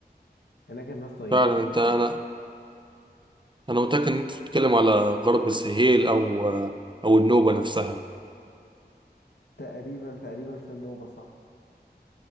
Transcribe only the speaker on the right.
فعلا أنت أنا
أنا متأكد إن أنت بتتكلم على غرب السهيل أو آه، أو النوبة نفسها